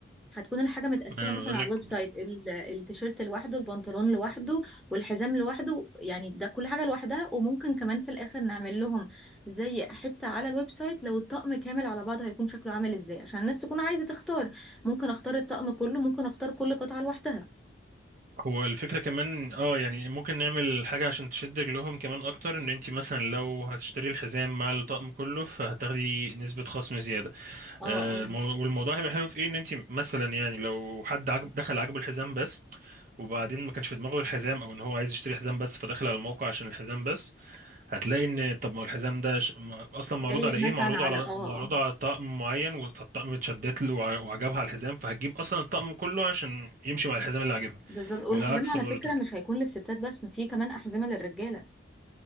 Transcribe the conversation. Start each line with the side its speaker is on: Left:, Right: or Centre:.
Centre: هتكون الحاجة متقسمة
Right: انا
Centre: مثلا
Right: بقول
Centre: على
Right: لك
Centre: الويب سايت ال- التيشيرت لوحده البنطلون لوحده والحزام لوحده يعني ده كل حاجة لوحدها وممكن كمان في الآخر نعمل لهم زي حتة على الويب سايت لو الطقم كامل على بعضه هيكون شكله عامل ازاي عشان الناس تكون عايزة تختار ممكن اختار الطقم كله ممكن اختار كل قطعة لوحدها
Right: هو الفكرة كمان اه يعني ممكن نعمل حاجة عشان تشد رجلهم كمان اكتر ان انت مثلا لو هتشتري الحزام مع الطقم كله فهتاخدي نسبة خصم زيادة
Centre: اه
Right: آه،
Centre: اه
Right: المو- والموضوع هيبقى حلو في ايه ان انت مثلا يعني لو حد عجب دخل عجبه الحزام بس وبعدين ما كانش في دماغه الحزام او ان هو عايز يشتري حزام بس فدخل على الموقع عشان الحزام بس هتلاقي ان طب ما هو الحزام ده ش... ما- اصلا
Centre: لايق
Right: معروض على
Centre: مثلا
Right: ايه معروض
Centre: على
Right: على
Centre: اه
Right: معروض
Centre: اه آه.
Right: على طقم معين فالطقم اتشدت له وع- وعجبها الحزام فهتجيب اصلا الطقم كله عشان يمشي مع الحزام اللي عجبها
Centre: بالظبط والحزام
Right: والعكس
Centre: على
Right: برضه
Centre: فكرة مش هيكون للستات بس في كمان أحزمة للرجالة